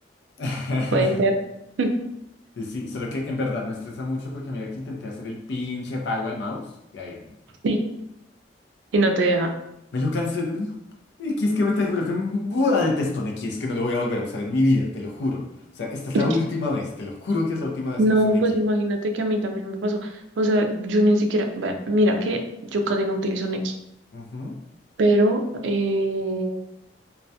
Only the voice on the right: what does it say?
puede ser. <laughs>
Sí, y no te deja.
<laughs>
No,
pues imagínate que a mí también me pasó. O sea, yo ni siquiera, ve- mira que yo casi no utilizo Nequi,
pero eh,